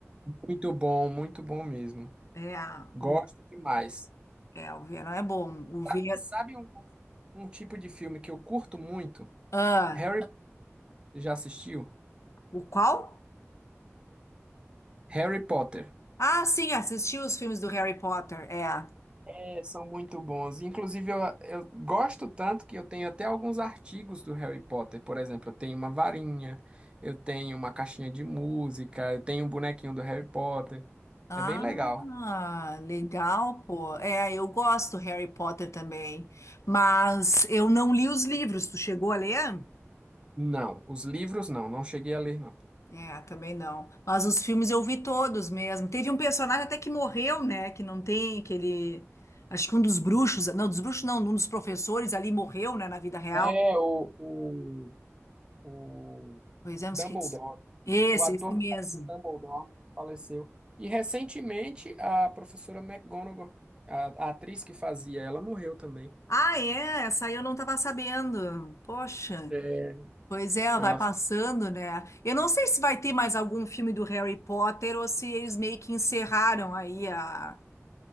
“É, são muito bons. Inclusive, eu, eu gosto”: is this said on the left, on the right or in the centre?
Right